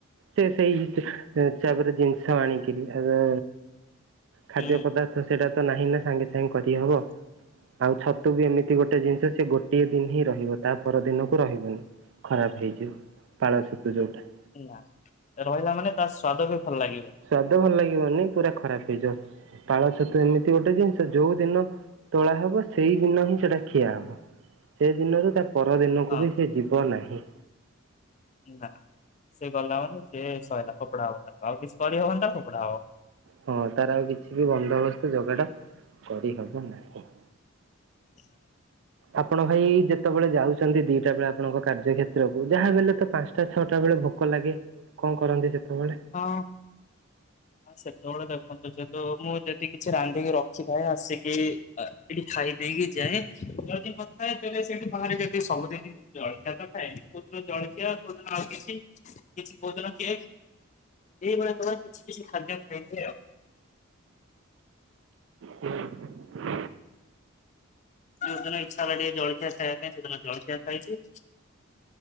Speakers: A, on the right; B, on the left.
A: ସେ ସେଇ ହିସାବରେ ଜିନିଷ ଆଣିକିରି ଏବେ ଖାଦ୍ୟ
B: ହୁଁ।
A: ପଦାର୍ଥ ସେଇଟା ତ ନାହିଁ ନା ସାଙ୍ଗେ ସାଙ୍ଗେ କରିହବ। ଆଉ ଛତୁ ବି ଏମିତି ଗୋଟେ ଜିନିଷ ସେ ଗୋଟିଏ ଦିନ୍‌ ହିଁ ରହିବ। ତା ପରଦିନକୁ ରହିବନି ଖରାପ ହେଇଯିବ ପାଳ ଛତୁ ଯୋଉଟା।
B: ନା ରହିଲା ମାନେ ତାର ସ୍ଵାଦ ବି ଭଲ ଲାଗିବ
A: ସ୍ଵାଦ ଭଲ ଲାଗିବନି ପୁରା ଖରାପ ହେଇଯିବ। ପାଳ ଛତୁ ଏମିତି ଗୋଟେ ଜିନିଷ ଯୋଉ ଦିନ ତୋଳା ହବ ସେଇ ଦିନ ହିଁ ସେଇଟା ଖିଆ ହବ। ସେ ଦିନରୁ ତା ପରଦିନକୁ
B: ହଁ
A: ବି ସେ ଯିବ ନାହିଁ।
B: ନା ସେ ଗଲା ମାନେ ସେଏ ସହିଲା ଫୋପାଡା ହବ ତାକୁ ଆଉ କିଛି କରି ହବନି ତ ଫୋପଡ଼ା ହେବ।
A: ହଁ ତାର ଆଉ କିଛି ବି ବନ୍ଦୋବସ୍ତ ଯୋଗାଡ଼ କରି ହେବ ନାହିଁ।
B: <inaudible>
A: ଆପଣ ଭାଇ ଯେତେବେଳେ ଯାଉଛନ୍ତି ଦିଟା ବେଳେ ଆପଣଙ୍କ କାର୍ଯ୍ୟ କ୍ଷେତ୍ରକୁ ଯାହା ହେଲେ ତ ପାଞ୍ଚ ଞ୍ଚଟା ଛଅଟା ବେଳେ ଭୋକ ଲାଗେ କଣ କରନ୍ତି ସେତେବେଳେ?
B: ହଁ। ସେତେବେଳେ ଦେଖନ୍ତୁ ଯେହେତୁ ମୁଁ ଯଦି କିଛି ରାନ୍ଧିକି ରଖିଥାଏ ଆସିକି ଏଠି ଖାଇ ଦେଇେଇକି ଯାଏ। ଯଦି ନଥାଏ ତେବେ ସେଠି ବାହାରେ ଯଦି ସବୁଦିନେ ଜଳଖିଆ ତ ଥାଏନି କୋଉଦିନ ଜଳଖିଆ କୋଉଦିନ ଆଉ କିଛି କିଛି କୋଉଦିନ କେକ୍। ଏଇଭଳିଆଙ୍କ ପାଇଁ କିଛି କିଛି ଖାଦ୍ୟ ଖାଇ ଦିଏ ଆଉ।
A: ହୁଁ।
B: ଯୋଉ ଦିନ ଇଚ୍ଛା ହେଲା ଟିକିଏ ଜଳଖିଆ ଖାଇବା ପାଇଁ ସେଦିନ ଜଳଖିଆ ଖାଇ ଦିଏ।